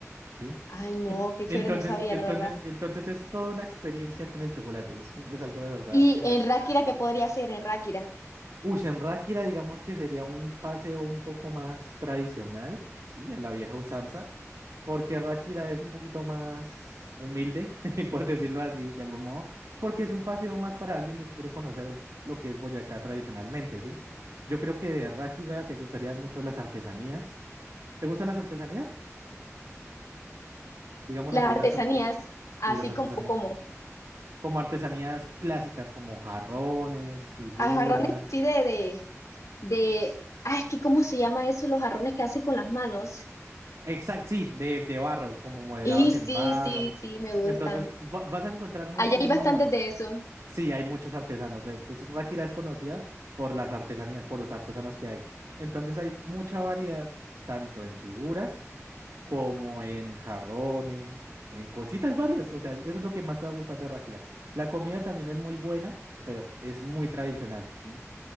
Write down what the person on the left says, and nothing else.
Ay, no,
qué chévere,
no sabía
la verdad.
Y
en Ráquira, ¿qué podría hacer en Ráquira?
Las
artesanías,
así
como, como,
a jarrones así de, de, de, ay, es que ¿cómo se llama eso? Los jarrones que hace con las manos.
Y sí,
sí, sí, me gustan.
Allá hay bastantes
de eso.